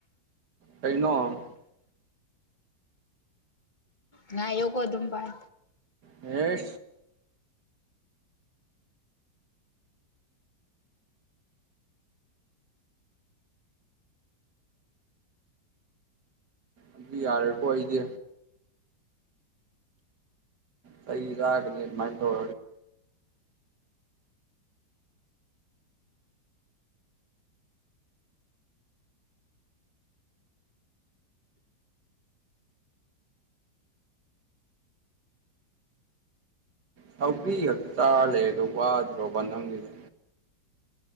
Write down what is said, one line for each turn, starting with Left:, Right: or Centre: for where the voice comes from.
Right: ꯀꯩꯅꯣ
Left: ꯉ ꯌꯦꯧ ꯀꯣ ꯑꯗꯨꯝ ꯄꯥꯏ
Right: ꯑꯦ ꯑꯗꯨ ꯌꯥꯔꯀꯣ ꯑꯣꯏꯗꯤ ꯁꯩ ꯔꯑꯒꯅꯤꯃꯥꯏ ꯇꯧ ꯁꯧꯒ꯭ꯔꯤ ꯈꯛꯇ ꯆꯥꯔ ꯂꯩ ꯑꯗꯣ ꯋꯥꯗ꯭ꯔꯣꯕ ꯅꯪꯒꯤꯗ